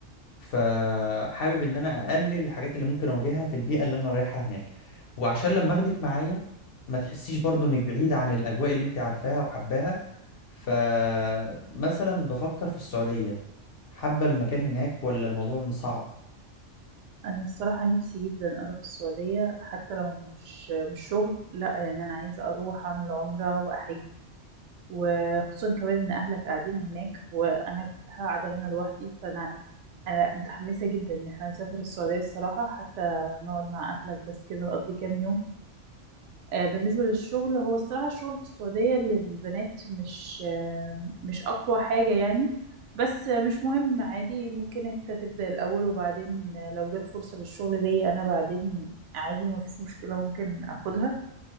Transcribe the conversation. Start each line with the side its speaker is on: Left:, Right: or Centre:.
Left: فحابب ان انا اقلل الحاجات اللي ممكن اواجهها في البيئه اللي انا رايحها هناك وعشان لما اخدك معايا ما تحسيش برضو انك بعيده عن الاجواء اللي انت عارفاها وحباها فمثلا بفكر في السعوديه حابه المكان هناك ولا الموضوع صعب
Right: انا الصراحه نفسي جدا اروح السعوديه حتى لو مش مش شغل لا يعني انا عايزه اروح اعمل عمره واحج وخصوصا كمان ان اهلك قاعدين هناك وانا قاعده هنا لوحدي فانا انا متحمسه جدا ان احنا نسافر السعوديه الصراحه حتى نقعد مع اهلك بس كده نقضي كام يوم آه، بالنسبة للشغل هو الصراحة الشغل في السعودية للبنات مش آه، مش أقوى حاجة يعني بس آه، مش مهم عادي ممكن انت تبدأ الأول وبعدين آه، لو جت فرصة للشغل ليا أنا بعدين عادي ما فيش مشكلة ممكن أخدها